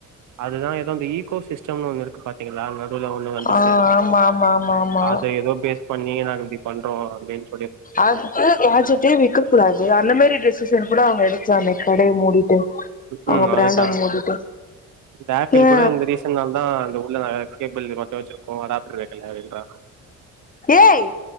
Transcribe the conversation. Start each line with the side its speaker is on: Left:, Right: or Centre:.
Right: அதுதா எதோ அங்க ஈகோ சிஸ்டம்னு ஒண்ணு இருக்கு பாத்தீங்களா அங்க இதுவுல ஒண்ணு வந்துச்சே
Left: ஆ ஆமா ஆமா ஆமா ஆமா
Right: அது எதோ பேஸ் பண்ணி நாங்க இப்டி பண்றோ அப்டின்
Left: அது ப்ராஜக்ட்டே விக்க கூடாது அந்த மாரி டெஷிஸன் கூட அவுங்க எடுக்லாமே கடைய மூடிட்டு
Right: ம்
Left: அவுங்க ப்ராண்ட
Right: அதுதா
Left: மூடிட்டு
Right: இந்த ஆப்பிள்
Left: ஏ
Right: கூட இந்த ரீசன் நாள் தா இந்த உள்ள <unintelligible> கேபிளு மத்த வெச்சிருக்கு அடாப்ட்ரு வெக்கல <unintelligible>
Left: ஏய்